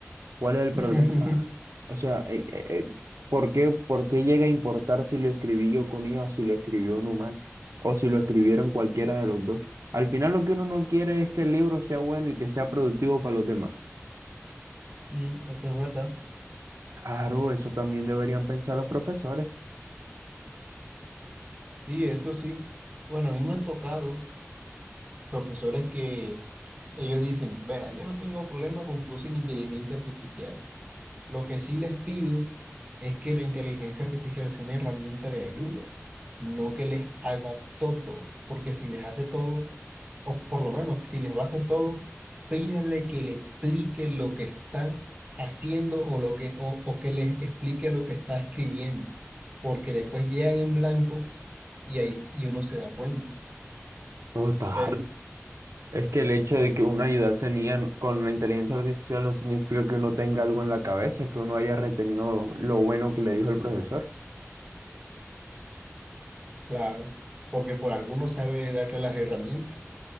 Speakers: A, on the right (about 80°); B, on the right (about 20°).
A: ¿Cuál es el
B: <laughs>
A: problema? O sea, eh, eh, eh, ¿por qué, por qué llega a importar si lo escribí yo con IA o si lo escribió un humano? O si lo escribieron cualquiera de los dos. Al final lo que uno no quiere es que el libro sea bueno y que sea productivo para los demás.
B: Mm, eso es verdad.
A: Claro, eso también deberían pensar los profesores.
B: Sí, eso sí. Bueno, a mí me han tocado profesores que ellos dicen, vea, yo no tengo problema con que usen inteligencia artificial. Lo que sí les pido es que la inteligencia artificial sea una herramienta de ayuda, no que les haga todo, porque si les hace todo, o por lo menos si les va a hacer todo, pídanle que le explique lo que está haciendo o, lo que, o, o que les explique lo que está escribiendo, porque después llegan en blanco y ahí s- y uno se da cuenta.
A: Total.
B: Pero,
A: Es que el hecho de que uno ayudase en IA con la inteligencia artificial no significa que uno tenga algo en la cabeza, que uno haya retenido lo bueno que le dijo el profesor.
B: claro, porque por alguno sabe darle las herramientas,